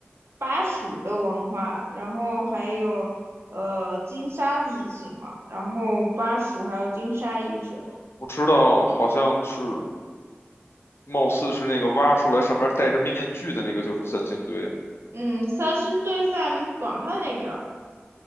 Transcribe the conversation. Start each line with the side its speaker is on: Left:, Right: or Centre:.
Right: 巴蜀的文化，然后还有呃金沙遗址嘛，然后巴蜀还有金沙遗址。
Left: 我知道，好像是，貌似是那个挖出来上面戴着面具的那个，就是三星堆
Right: 嗯，三星堆在广汉那边儿，